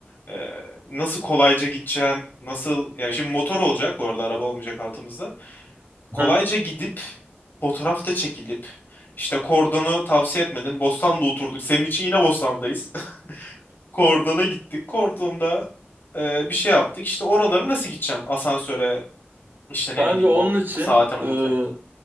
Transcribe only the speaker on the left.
e, nasıl kolayca gideceğim, nasıl yani şimdi motor olacak bu arada araba olmayacak altımızda.
Kolayca gidip fotoğraf da çekilip işte kordonu tavsiye etmedin. Bostan'da oturduk. Senin için yine Bostan'dayız. <laughs> Kordona gittik. Kordonda e, bir şey yaptık. İşte oraları nasıl gideceğim? Asansöre işte ne
bileyim
o
saate mate.